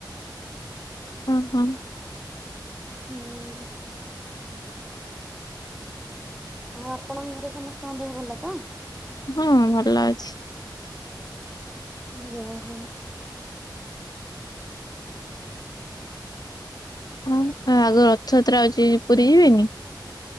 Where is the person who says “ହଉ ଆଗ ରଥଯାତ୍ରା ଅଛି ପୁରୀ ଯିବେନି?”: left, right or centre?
Left